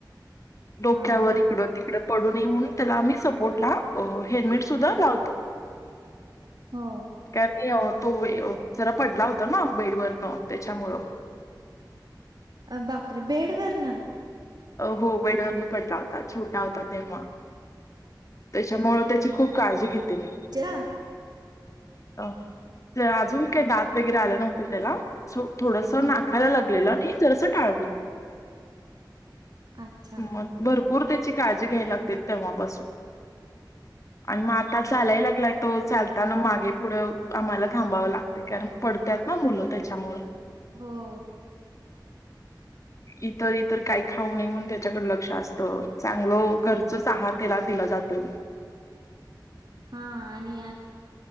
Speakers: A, on the left; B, on the right.
A: डोक्यावर
B: हां.
A: इकडं तिकड पडू नये म्हणून त्याला आम्ही स. बोट ला हेल्मेट सुद्धा लावतो.
B: हो.
A: कार नाही तो जरा पडला होता ना बेडवरन त्याच्यामुळं.
B: अ बापरे! बेडवरर ना.
A: हो बेडवरून पटला होता छोटा होता तेव्हा. त्यांच्यामुळे त्याची खूप काळजी घेते मी.
B: <unintelligible>
A: अ तर अजून काय दात वगैरे आलं नव्हतं त्याला. थोडस
B: हां.
A: नाखायला लागलेलं आणि जरास टाळवलं.
B: अच्छा!
A: मग भरपूर त्याची काळजी घ्यायवी लागते तेव्हापासून. <inaudible> आणि मग आता चालाय लागलाय तो चालताना मागे पुढं आम्हाला थांबावं लागतंय कारण. पडतात ना मुलं त्याच्यामुळ.
B: हो.
A: इतर इतर काय. खाऊ नये म्हणून त्याच्याकड लक्ष असत चांगल घरचच आहार त्याला दिला जातोय.
B: हा आणि